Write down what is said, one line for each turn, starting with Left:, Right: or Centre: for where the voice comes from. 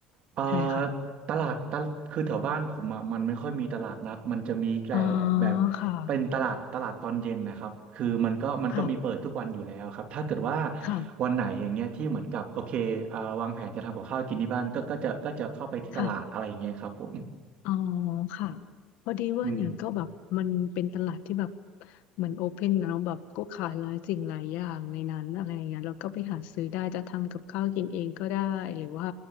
Right: เอ่อ
Left: ใช่ค่ะ
Right: ตลาดตลคือแถวบ้านผมอ่ะมันไม่ค่อยมีตลาดนัดมันจะมีแต่แบบ
Left: อ๋อค่ะ
Right: เป็นตลาดตลาดตอนเย็นนะครับคือมันก็มันก็มีเปิดทุกวันอยู่แล้วครับถ้าเกิดว่า
Left: ค่ะค่ะ
Right: วันไหนอย่างเงี้ยที่เหมือนกับโอเคเอ่าวางแผนจะทำกับข้าวกินที่บ้านก็ก็จะก็จะเข้าไปที่ตลาดอะไรอย่างเงี้ยครับผม
Left: ค่ะ อ๋อค่ะพอดีว่าเนี่ยก็แบบมันเป็นตลาดที่แบบ
Right: อืม
Left: เหมือนโอเพนนะแบบก็ขายหลายสิ่งหลายอย่างในนั้นอะไรเงี้ยเราก็ไปหาซื้อได้จะทำกับข้าวกินเองก็ได้หรือว่า